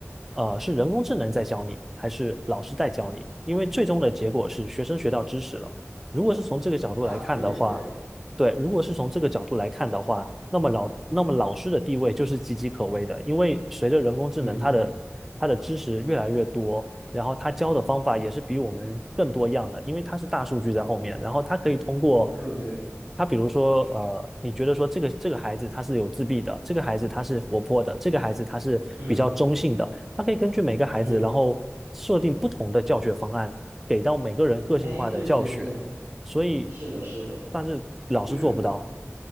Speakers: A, in the centre; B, on the right.
A: 呃，是人工智能在教你，还是老师在教你，因为最终的结果是学生学到知识了。如果是从这个角度来看的话，
B: 啊，对对，
A: 对，如果是从这个角度来看的话，那么老那么老师的地位就是岌岌可危的，因为随着人工智能，
B: 嗯，
A: 它的它的知识越来越多，然后它教的方法也是比我们更多样的，因为它是大数据在后面，然后它可以通过
B: 对对，
A: 它，比如说呃，你觉得说这个这个孩子他是有自闭的，这个孩子他是活泼的，这个孩子他是比较中性的，
B: 嗯
A: 它可以根据每个孩子，
B: 嗯，
A: 然后设定不同的教学方案，给到每个人个性化的教学。
B: 哎，对对对，
A: 所以，
B: 是的，是的，
A: 但是老师做不到，
B: 嗯。